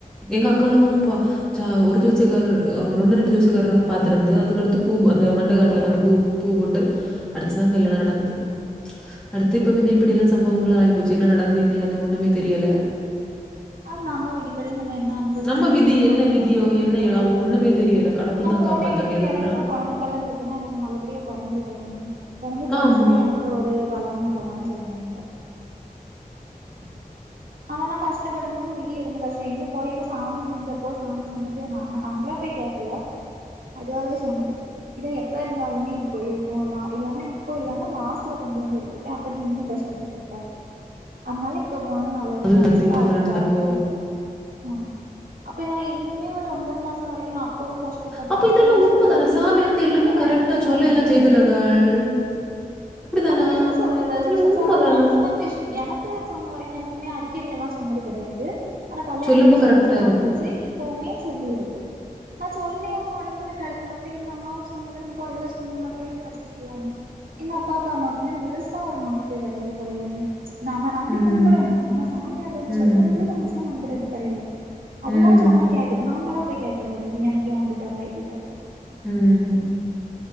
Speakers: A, in the centre; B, on the right.
A: எங்க அக்காளுக்கு ப அச்சா ஒரு ஜோசியக்கார் ஒ ஒன்னு ரெண்டு ஜோசிக்கார்ரு பாத்துருந்து அதுக்கடுத்து பூ அந்த மண்டகாட்டுலதா பூ பூ போட்டு அடுத்துதா கல்யாண நடந்து அடுத்து இப்ப பின்னே இப்படில்லா சம்பவங்கள் ஆய் போச்சு என்ன நடந்து இன்னியாது ஒண்ணுமே தெரியல
B: அ நம்ம விதிபடி நம்ம என்ன அனுபவிக்கணோன்
A: நம்ம விதி
B: இருக்கோ
A: என்ன
B: எல்லா
A: விதியோ,
B: அனுபவிக்கதா
A: என்ன எழவோ
B: செய்னு
A: ஒண்ணுமே தெரியல. கடவுள்
B: நா
A: தான்
B: போன
A: காப்பாத்தான
B: இதுவுமே
A: எது
B: எனக்கு
A: வர
B: எல்லா கொழந்த பலன் இருக்குன்னா எனக்கு நல்லபடியா பொறந்திருக்கலாமே கொழந்த ஜெனிச்சதே
A: ஆமா.
B: எனக்கு ஒரு பலனாலதான் சொல்றாங்க <inaudible> அதெல்லா கஷ்டப்படணுன் விதி இருந்த கஷ்டோ எங்க கோயில்ல சாமி வந்தப்போ சாமி சொன்னது நானு அங்கலா போய் கேக் கல அதுவாவே சொன்னது இத எப்ப இருந்தாலுமே இது போயிருக்கு லா இல்லன்னா இப்போ இல்லனா லாஸ்ட்ல கொண்டு வந்து எடுத்திருக் அப்ப நீ இன்னு கஷ்டப்பட்டுருப்ப அதனால இப்ப போனது நல்லதுன்
A: அது
B: நெனச்சுக்கோ
A: சத்தி அது
B: அடுத்து
A: வரண்டப்போ
B: தருவேன்னு அ அப்ப நா இன்னுமே ஒரு ஒன்பது மாசோ வரைக்கு நா இப்பவு கஷ்டப்பட்ட
A: அப்ப
B: அடுத்து
A: இதெல்லாம்
B: கஷ்டப்பட்ட
A: உண்மதானா?
B: அது
A: சாமி
B: இத விட
A: வந்து
B: பெரிய
A: எல்லாமே
B: வேதனையா
A: கரெக்ட்டா சொல்ல
B: இருந்திருக்கு
A: எல்லாம் செய்தலகள். அப்படிதானா?
B: அத என்ன சொல்றது அதன்
A: இதெல்லாம்
B: சச்சாலாலு
A: உண்மதானா?
B: மேக்சிமம் விஷி எனக் கு சொன்ன வரைக்கு எனக்குமே அடிக்கடி எல்லா சொன்னது கடையாது ஆனா கல்யாணத்துக்குமே
A: சொல்லும்போ
B: சொல்லுச்சு
A: கரெக்ட்டா
B: நடந்துச்சு
A: இருக்கும்.
B: இப்போவுமே சொல்லியிருக்கு நா சொல்லியுன் ஒடனே எனக்கு கெடச்சது அப்ப எங்க அம்மாவு சொன்னது நம்ம கோயில்ல சொன்ன மாதிரியே நா கெடச்சிருக்கலாமே எங்க அப்பாவுக்கு அமாக்குமே முழுசாக ஒரு நம்பிக்க கடையாது கோயிலியுமே நாம நம்பி
A: ம்.
B: கும்புடும் ஆனா சாமியார்கள்க சொல்லறத
A: ம்.
B: முழு மனசா நம்புறது கடையாது அதுவா
A: ம்.
B: சொன்னா கேட்டுக்க நம்மளா போய் கேக்க கூடாது எனக்கு ஏ அது தரல இது தரல
A: ம்